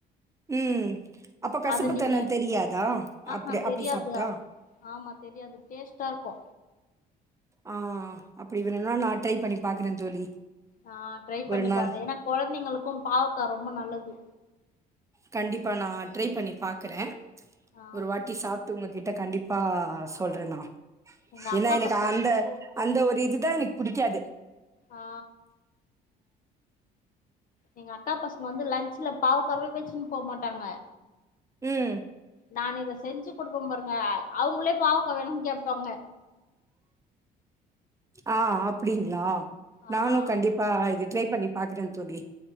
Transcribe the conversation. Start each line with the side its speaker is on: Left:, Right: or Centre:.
Right: ம் அப்ப கசப்புத்தன்ம
Left: அத நீங்க
Right: தெரியாதா
Left: ஆஹா
Right: அப்டி
Left: தெரியாது
Right: அப்டி சாப்ட்டா
Left: ஆமா தெரியாது டேஸ்ட்டா இருக்கோ
Right: ஆ அப்டி வேணுன்னா நா ட்ரை பண்ணி பாக்குற தோழி
Left: ஆ ட்ரை
Right: ஒரு
Left: பண்ணி
Right: நாள்
Left: பாருங்க ஏன்னா கொழந்தைங்களுக்கும் பாவக்கா ரொம்ப நல்லது
Right: கண்டிப்பா நா ட்ரை பண்ணி பாக்குற
Left: ஆ
Right: ஒரு வாட்டி சாப்ட்டு உங்ககிட்ட கண்டிப் பா சொல்ற நா
Left: எங்க அக்கா
Right: ஏன்னா எனக்கு
Left: பசங்க வந்து
Right: அந்த ஒரு இதுதா எனக்கு புடிக்காது
Left: ஆ எங்க அக்கா பசங்க வந்து லன்ச்ல பாவக்காவே வச்சுன் போ மாட்டாங்க
Right: ம்
Left: நான் இத செஞ்சு குடுப்ப பாருங்க அவுங்ளே பாவக்கா வேணுன் கேப்பாங்க
Right: ஆ அப்டிங்ளா
Left: ஆ
Right: நானு கண்டிப்பா இது ட்ரை பண்ணி பாக்குற தோழி